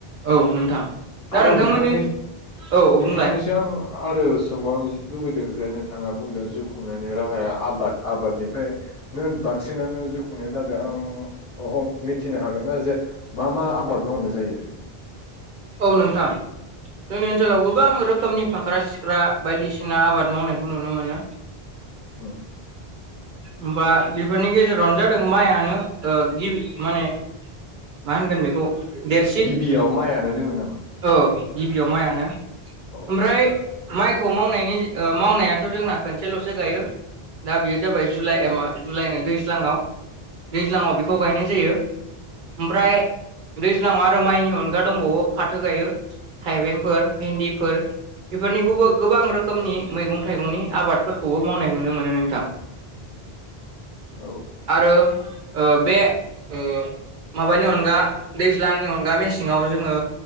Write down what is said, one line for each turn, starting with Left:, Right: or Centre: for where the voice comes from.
Right: औ
Left: <inaudible>
Right: नोंथां दा
Left: आरो
Right: नोंथांमोननि
Left: नोंथांनि <inaudible>
Right: औ
Left: नोंथांनिसिम
Right: बुंलाय
Left: आं आरो सोंबावनो लुबैदों जे नों नोंथाङा बुंदों जिउ खुंनायनि राहाया आबाद आबादनिफ्रायनो बांसिनानो जिउ खुंनाय जादों आं मिथिनो हागोन ना जे मा मा आबाद मावनाय जायो?
Right: औ नोंथां जोंनि ओनसोलाव गोबां रोखोमनि फाख्रा सिख्रा बायदिसिना आबाद मावनायखौ नुनो मोनो।
Left: उम
Right: होमबा बेफोरनि गेजेरावनो जादों माइआनो ओ गिबि माने, मा होनगोन बेखौ? देरसिन
Left: गिबियाव माइयानो दोङो नामा?
Right: औ गिबियाव माइयानो।
Left: औ
Right: ओमफ्राय माइखौ मावनायनि ओ मावनायाथ' जोंना खनसेल'सो गायो दा बेयो जाबाय जुलाइ मा- जुलाइनो दैज्लाङाव दैज्लाङाव बेखौ गायनाय जायो। ओमफ्राय, दैज्लाङाव आरो माइनि अनगा दंबावो फाथो गायो थाइबेंफोर भेन्दिफोर बेफोरनि गुब- गोबां रोखोमनि मैगं थाइगंनि आबादफोरखौबो मावनाय नुनो मोनो नों थां <inaudible>
Left: औ
Right: आरो ओ बे ओ माबानि अनगा दैज्लांनि अनगा मेसेङाव जोङो